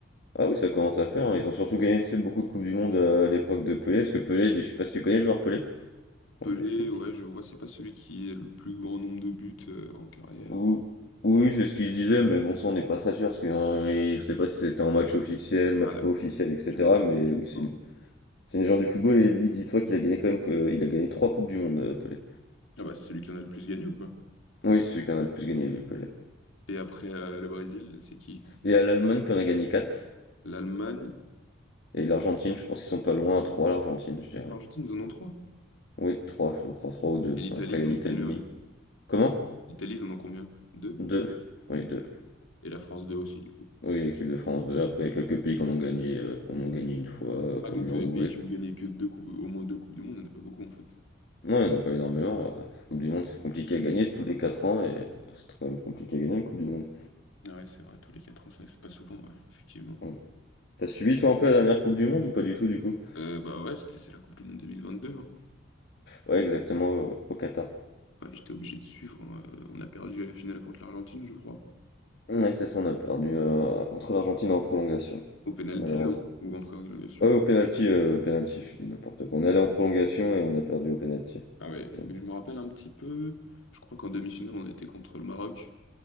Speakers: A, on the left (about 55°); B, on the left (about 90°).
A: Ah oui, ça commence à faire, hein. Ils ont surtout gagné, tu sais, beaucoup de Coupes du Monde euh, à l'époque de Pelé, parce que Pelé, je sais pas si tu connais le joueur Pelé. Joueur
B: Pelé,
A: de foot.
B: ouais, je vois, c'est pas celui qui est le plus grand nombre de buts euh, en carrière.
A: Ou- Oui, c'est ce qu'il se disait, mais bon, ça on n'est pas très sûr, parce qu'il ne sait pas si c'était un match officiel, match
B: Ah d'accord.
A: pas officiel, etc.
B: J'avais entendu
A: Mais
B: ce titre.
A: oui, c'est
B: hein.
A: une, c'est une légende du football, et lui, dis-toi qu'il a gagné quand même, que, il a gagné trois Coupes du Monde, euh, Pelé.
B: Ah bah c'est celui qui en a le plus gagné ou pas?
A: Oui, c'est celui qui en a le plus gagné, lui, Pelé.
B: Et après euh, le Brésil, c'est qui?
A: Il y a l'Allemagne qui en a gagné quatre,
B: L'Allemagne?
A: et l'Argentine, je pense qu'ils sont pas loin à trois, l'Argentine, je dirais.
B: L'Argentine, ils en ont trois.
A: Oui, trois, je crois, trois ou deux.
B: Et l'Italie,
A: Après,
B: ils
A: il y a
B: en
A: l'Italie.
B: ont combien, eux?
A: Comment?
B: L'Italie, ils en ont combien? Deux.
A: Deux. Oui, deux.
B: Et la France, deux aussi, du coup.
A: Oui, l'équipe de France, deux. Après, il y a quelques pays qu'on a gagné, euh, qu'on a gagné une fois, euh, comme
B: Ah, donc
A: l'Uruguay.
B: euh, des pays qui ont gagné que deux coupes, au moins deux Coupes du Monde, il n'y en a pas beaucoup, en fait.
A: Non, il y en a pas énormément. Bah, La Coupe du Monde, c'est compliqué à gagner, c'est tous les 4 ans et c'est quand même compliqué à gagner une Coupe du Monde.
B: Ah ouais, c'est vrai, tous les quatre ans, ça, c'est pas souvent, ouais, effectivement.
A: Mm. T'as suivi toi un peu la dernière Coupe du Monde ou pas du tout du coup?
B: Euh, bah ouais, c'était c'est la Coupe du Monde 2022. hein.
A: Ouais, exactement au, au Qatar.
B: Ouais, j'étais obligé de suivre. hein. Euh, On a perdu à la finale contre l'Argentine, je crois.
A: Ouais, c'est ça, on a perdu euh, contre l'Argentine en prolongation,
B: Au pénalty,
A: malheureusement.
B: non? Ou en prolongation?
A: Ouais, au penalty, euh, au penalty, je dis n'importe quoi. On allait en prolongation et on a perdu au penalty.
B: Ah ouais,
A: Exactement.
B: mais je me rappelle un petit peu. Je crois qu'en demi-finale, on a été contre le Maroc.